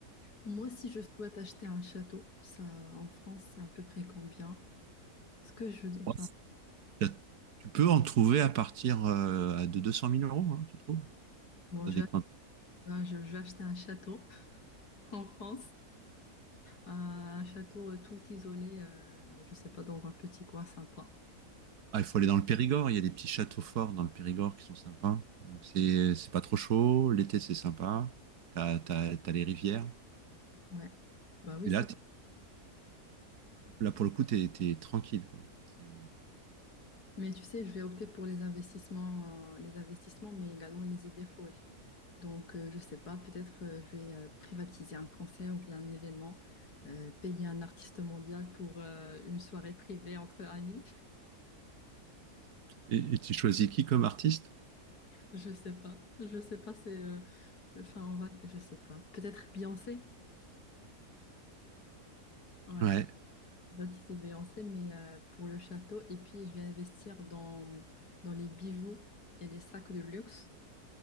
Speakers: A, on the left; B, on the right.
A: moi, si je souhaite acheter un château, ça, en France, c'est à peu près combien? Est-ce que je...
B: enfin,
A: Enfin,
B: Tu peux en trouver à partir euh, de deux cent mille euros, hein, tu trouves,
A: bon,
B: dans
A: je
B: des coins.
A: vais, je je vais acheter un château. en France, un château euh, tout isolé, euh, je sais pas, dans un petit coin sympa.
B: Ah, il faut aller dans le Périgord. Il y a des petits châteaux forts dans le Périgord qui sont sympas. Donc, c'est c'est pas trop chaud. L'été, c'est sympa. T'as, t'as, t'as les rivières.
A: Ouais. Bah oui,
B: Et
A: ça.
B: là, t'es- là pour le coup, t'es, t'es tranquille, quoi. C'est un-
A: Mais tu sais, je vais opter pour les investissements, euh, les investissements, mais également les idées folles. Donc, euh, je sais pas, peut-être euh, je vais euh, privatiser un concert ou bien un événement, euh, payer un artiste mondial pour euh, une soirée privée entre amis.
B: Et, et tu choisis qui comme artiste?
A: Je sais pas. Je sais pas, c'est. euh, Enfin, on va. Je sais pas. Peut-être Beyoncé. Ouais.
B: Ouais.
A: bâti, c'est Beyoncé, mais euh, pour le château. Et puis, je vais investir dans, dans les bijoux et les sacs de luxe.